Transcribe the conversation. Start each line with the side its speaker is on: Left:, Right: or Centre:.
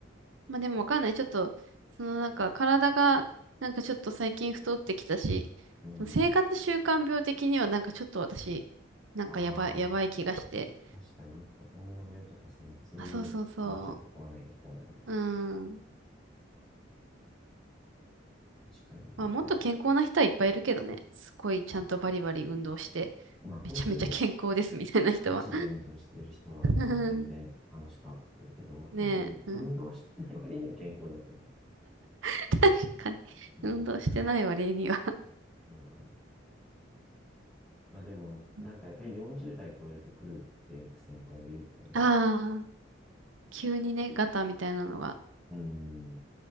Right: まあでもわかんない。ちょっと、そのなんか体がなんかちょっと最近太ってきたし、
Centre: うん。
Right: その生活習慣病的にはなんかちょっと私、なんかやばい、
Centre: ああ、
Right: やばい気がして。
Centre: 確かに、いつか糖尿病とかさ、なんかそういうのはちょっと怖いよ、
Right: あ、そうそうそ
Centre: 怖いね。
Right: う。うん。
Centre: 確かにね。
Right: まあもっと健康な人はいっぱいいるけどね。すごいちゃんとバリバリ運動して、
Centre: まあ、本当に
Right: めちゃめちゃ健康ですみたいな人は。
Centre: ガチで運動してる人はもう全然話変わってくるけど、
Right: <laughs> ねえ、
Centre: 確かに運動してない割には健康だと思
Right: うん。<laughs> 確かに。
Centre: う。うん、
Right: 運動してない割には
Centre: そうなんだよ。まあでも、
Right: <laughs>
Centre: なんかやっぱり40代超えると来るってよく先輩は言うけどね。
Right: ああ、急にね、ガタみたいなのが。
Centre: うん、来